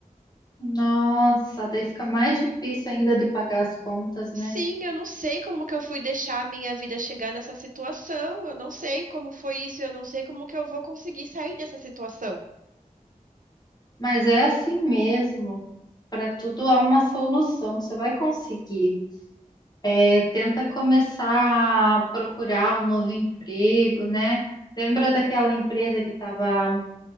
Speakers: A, on the left (about 30°); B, on the right (about 70°).
A: Nossa, daí fica mais difícil ainda de pagar as contas,
B: Sim,
A: né?
B: eu não sei como que eu fui deixar a minha vida chegar nessa situação. Eu não sei como foi isso, eu não sei como que eu vou conseguir sair dessa situação.
A: Mas é assim mesmo. Para tudo há uma solução, você vai conseguir. É, tenta começar a procurar um novo emprego, né? Lembra daquela empresa que estava